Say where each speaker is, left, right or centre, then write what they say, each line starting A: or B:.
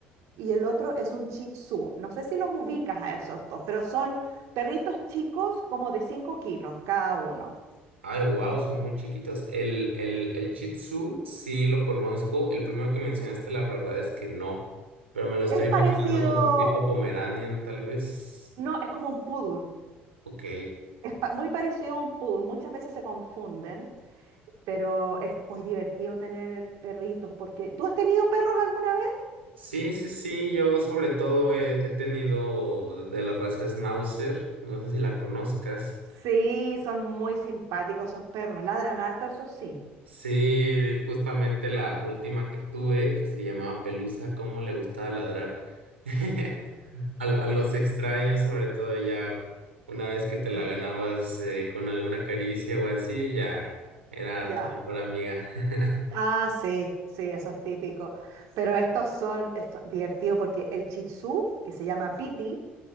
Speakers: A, on the right (about 60°); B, on the right (about 85°).
A: y el otro es un Shih Tzu. No sé si los ubicas a esos dos, pero son perritos chicos como de 5 kilos cada uno.
B: Ay, wow,
A: Y es
B: son muy chiquitas. El, el, el Shih Tzu sí lo conozco. El primero que mencionaste, la verdad es que no, pero me lo estoy imaginando
A: parecido,
B: como un tipo Pomeranian, tal vez.
A: no, es como un poodle.
B: Ok.
A: Es pa- muy parecido a un poodle. Muchas veces se confunden, pero es muy divertido tener perritos porque... ¿Tú has tenido perros alguna vez?
B: Sí, sí, sí, yo sobre todo he, he tenido de la raza Schnauzer, no sé si la conozcas.
A: Sí, son muy simpáticos esos perros. Ladran harto, eso sí.
B: Sí, justamente la última que tuve, que se llamaba Pelusa, cómo le gustaba ladrar. <laughs> A, a los extraños, sobre todo ya una vez que te la
A: <laughs>
B: ganabas eh, con alguna caricia o así, ya era
A: Ya.
B: tu mejor amiga. <laughs>
A: Ah, sí, sí, eso es típico. Pero estos son esto, divertidos porque el Shih Tzu, que se llama Piti,